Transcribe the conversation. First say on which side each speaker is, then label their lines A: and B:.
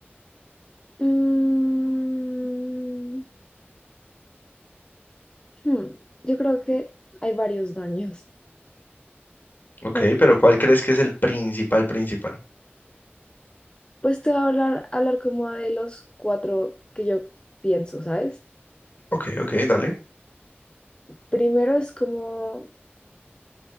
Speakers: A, on the left; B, on the left.
A: Mm, hmm, Yo creo que hay varios daños.
B: Ok,
A: Bueno,
B: pero ¿cuál crees que es el principal, principal?
A: Pues te voy a hablar, hablar como de los cuatro que yo pienso, ¿sabes?
B: Ok, ok, dale.
A: Primero es como,